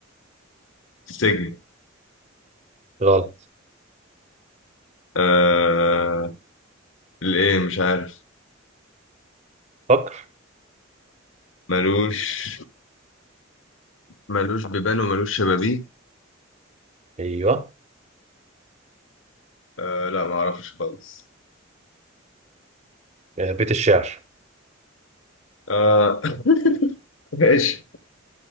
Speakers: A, on the left; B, on the right.
A: السجن
B: غلط
A: آه الايه مش عارف
B: فكر
A: ملوش ملوش بيبان وملوش شبابيك
B: ايوه
A: آه لا ما اعرفش خالص
B: بيت الشعر
A: آه <laughs> ماشي